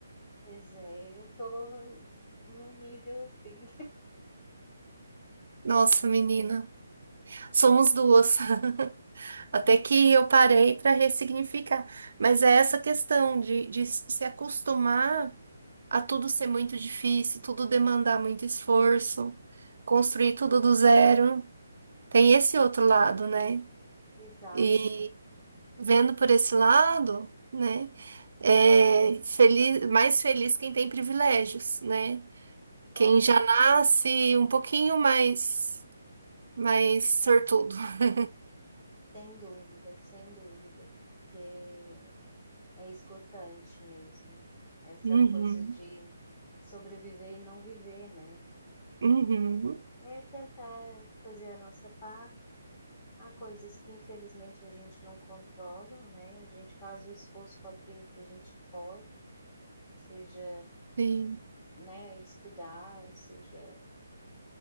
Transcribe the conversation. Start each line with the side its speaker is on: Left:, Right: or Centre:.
Left: pois é, eu tô num nível assim,
Right: Nossa,
Left: <laughs> mas
Right: menina, somos duas. <laughs> Até que eu parei para ressignificar. Mas é essa questão de, de se acostumar a tudo ser muito difícil, tudo demandar muito esforço, construir tudo do zero. Tem esse outro lado, né?
Left: exato.
Right: E vendo por esse lado, né? É feliz, mais feliz quem tem privilégios, né? Quem
Left: Nossa,
Right: já nasce um pouquinho mais, mais sortudo. <laughs>
Left: Sem dúvida, sem dúvida, porque é esgotante mesmo. Essa
Right: Uhum,
Left: coisa de sobreviver e não viver, né?
Right: uhum,
Left: É tentar fazer a nossa parte. Há coisas que infelizmente a gente não controla, né? A gente faz o esforço com aquilo que a gente pode, seja,
Right: sim.
Left: né, estudar, ou seja,